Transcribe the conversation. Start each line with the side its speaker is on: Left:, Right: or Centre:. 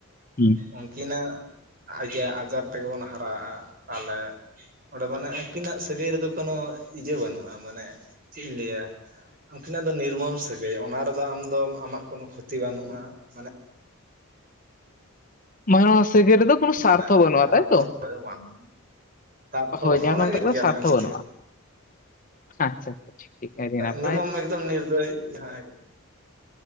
Left: ᱦᱩᱸ
Right: ᱩᱱᱠᱤᱱᱟᱜ ᱟᱡ ᱟᱡᱟᱨ ᱛᱮᱜᱮ ᱵᱚᱱ ᱦᱟᱨᱟᱜᱼᱟ ᱛᱟᱦᱚᱞᱮ᱾ ᱚᱸᱰᱮ ᱢᱟᱱᱮ ᱩᱱᱠᱤᱱᱟᱜ ᱥᱟᱹᱜᱟᱹᱭ ᱨᱮᱫᱚ ᱠᱳᱱᱳ ᱤᱭᱟᱹ ᱵᱟᱹᱱᱩᱜᱼᱟ ᱢᱟᱱᱮ ᱪᱮᱫ ᱤᱧ ᱞᱟᱹᱭᱟ᱾ ᱩᱱᱠᱤᱱᱟᱜ ᱫᱚ ᱱᱤᱨᱢᱚᱢ ᱥᱟᱹᱜᱟᱹᱭ ᱚᱱᱟ ᱨᱮᱫᱚ ᱟᱢ ᱟᱢᱟᱜ ᱠᱳᱱᱳ ᱠᱷᱚᱛᱤ ᱵᱟᱹᱱᱩᱜᱼᱟ, ᱢᱟᱱᱮ,
Left: ᱢᱟᱱᱣᱟ ᱥᱟᱹᱜᱟᱹᱭ ᱨᱮᱫᱚ ᱠᱚᱱᱚ
Right: ᱢᱮᱱᱟᱜᱼᱟ
Left: ᱥᱟᱨᱛᱚ ᱵᱟᱹᱱᱩᱜᱼᱟ
Right: ᱠᱷᱟᱨᱟᱯ
Left: ᱛᱟᱭᱛᱚ
Right: ᱫᱚ ᱵᱟᱝ
Left: ᱾
Right: ᱥᱟᱨᱛᱷ
Left: ᱦᱳᱭ
Right: ᱵᱟᱝ
Left: ᱡᱟᱦᱟᱸ
Right: ᱚᱱᱟᱜᱮ
Left: ᱠᱚ ᱢᱮᱛᱟ ᱠᱚᱣᱟ
Right: ᱟᱨᱠᱤ ᱟᱹᱞᱤᱧᱟᱜ
Left: ᱥᱣᱟᱥᱨᱛᱷᱚ
Right: ᱪᱤᱛᱟᱹᱨ
Left: ᱵᱟᱹᱱᱩᱜᱼᱟ ᱾ ᱟᱪᱪᱷᱟ ᱟᱪᱪᱷᱟ ᱴᱷᱤᱠ ᱴᱷᱤᱠ ᱟᱹᱰᱤ ᱱᱟᱯᱟᱭ
Right: ᱱᱤᱨᱢᱚᱢ
Left: ᱾
Right: ᱮᱠᱫᱚᱢ ᱱᱤᱨᱫᱚᱭ ᱾ ᱡᱟᱦᱟᱸ